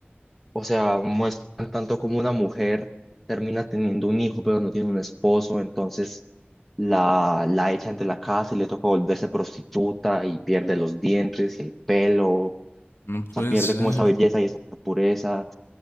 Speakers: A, in the centre; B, on the left.
A: O sea, muestran tanto como una mujer termina teniendo un hijo, pero no tiene un esposo, entonces la, la echan de la casa y le toca volverse prostituta y pierde los dientes y el pelo. O
B: No
A: sea,
B: puede
A: pierde
B: ser.
A: como esa belleza y esa pureza.